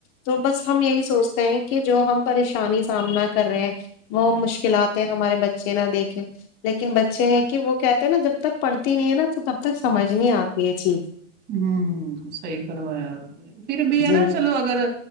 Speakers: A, on the left; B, on the right.
A: تو بس ہم یہی سوچتے ہیں کہ جو ہم پریشانی سامنا کر رہے ہیں وہ مشکلاتیں ہمارے بچے نہ دیکھیں لیکن بچے ہیں کہ وہ کہتے ہیں نا جب تک پڑھتی نہیں ہے نا تو تب تک سمجھ نہیں آتی یہ چیز
B: ہوں صحیح فرمایا آپ نے پھر بھی ہے
A: جی
B: نا چلو اگر